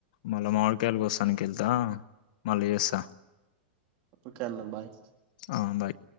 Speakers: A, on the left; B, on the right.
A: మళ్ళా మామిడికాయలు కోస్తానికి ఎళ్తా మళ్ళా చేస్తా
B: ఓకే అన్న బాయ్
A: ఆమ్ భాయ్